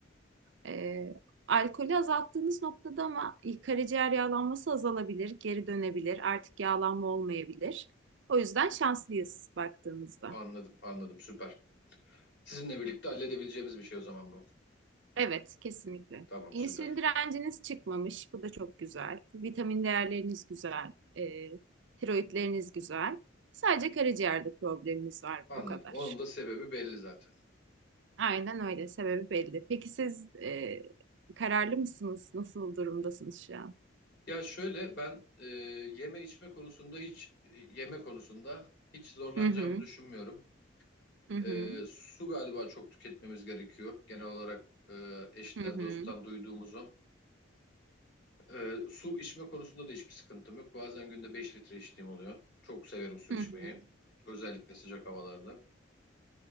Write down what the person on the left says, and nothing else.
anladım, anladım. Süper. Sizinle birlikte halledebileceğimiz bir şey o zaman bu.
Tamam,
süper.
Anladım.
Onun da sebebi belli zaten.
Ya şöyle ben e, yeme içme konusunda hiç e, yeme konusunda hiç zorlanacağımı
düşünmüyorum.
E, su galiba çok tüketmemiz gerekiyor. Genel olarak e, eşten
dosttan duyduğumuzu. Ee, su içme konusunda da hiçbir sıkıntım yok. Bazen günde 5 litre içtiğim oluyor. Çok severim su
içmeyi.
Özellikle sıcak havalarda.